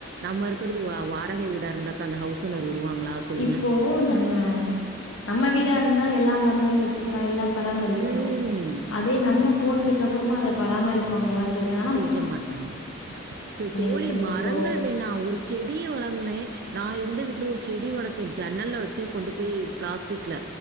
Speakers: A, on the right; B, on the left.
A: நம்ம இருக்கறது வா வாடகை வீடா இருந்தாக்கா அந்த ஹவுஸ்ஓனர் உடுவாங்களா சொல்லுங்க
B: இப்போ நம்ம நம்ம வீடா இருந்தா எல்லா மரங்களு வச்சுக்கலா எல்லா பராமரிக்கலா
A: ம்
B: அதே நம்ம போனதுக்கு அப்புறமு அத பராமரிப் இருப்பாங்களானு தெரியாம
A: செய்ய மாட்டாங்க தோழி
B: ஊத்துறதுக்கோ,
A: மரங்கள் வேணா ஒரு செடிய வளங்களே நா இருந்த வீட்ல ஒரு செடி வளத்தே ஜன்னல்ல வச்சே கொண்டு போயி ப்ளாஸ்டிக்ல